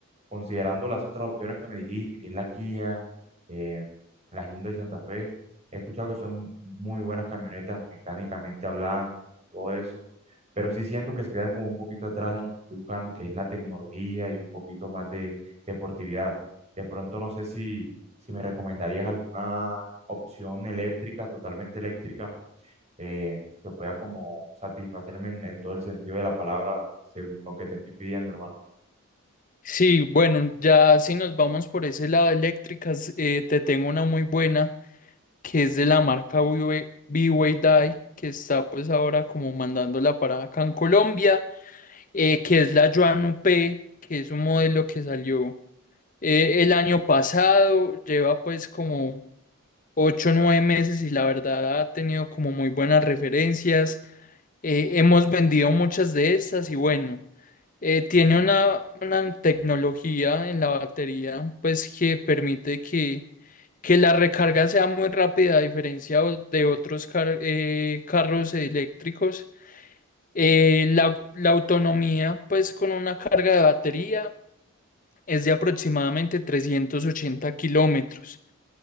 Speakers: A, on the right (about 30°); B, on the left (about 40°).
A: Considerando las otras opciones que me dijiste, que es la Kia, eh, la Hyundai Santa Fe, he escuchado que son muy buenas camionetas mecánicamente hablando, todo eso, pero sí siento que se quedan como un poquito atrás en lo que estoy buscando, que es la tecnología y un poquito más de deportividad. De pronto no sé si, si me recomendarías alguna opción eléctrica, totalmente eléctrica eh, que pueda como satisfacerme en, en todo el sentido de la palabra, según lo que te estoy pidiendo, hermano.
B: Sí, bueno, ya si nos vamos por ese lado eléctricas, eh, te tengo una muy buena que es de la marca BYD, que está pues ahora como mandándola para acá en Colombia, eh, que es la Yuan Up, que es un modelo que salió. Eh, el año pasado lleva pues como ocho o 9 meses y la verdad ha tenido como muy buenas referencias. Eh, hemos vendido muchas de estas y bueno, eh, tiene una, una tecnología en la batería pues que permite que, que la recarga sea muy rápida a diferencia o- de otros car- eh, carros eléctricos. Eh, la, la autonomía pues con una carga de batería es de aproximadamente 380 kilómetros.